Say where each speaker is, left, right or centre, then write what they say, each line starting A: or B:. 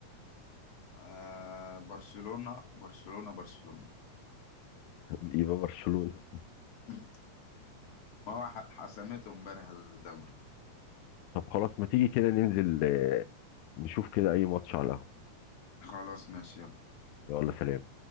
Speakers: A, on the left; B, on the left.
A: آه. برشلونة برشلونة برشلونة
B: يبقى برشلونة
A: <laughs> ما هو ح- حسمته امبارح الدوري
B: طب خلاص ما تيجي كده ننزل آه، نشوف كده اي ماتش على القهوة
A: خلاص ماشي يلا
B: يلا سلام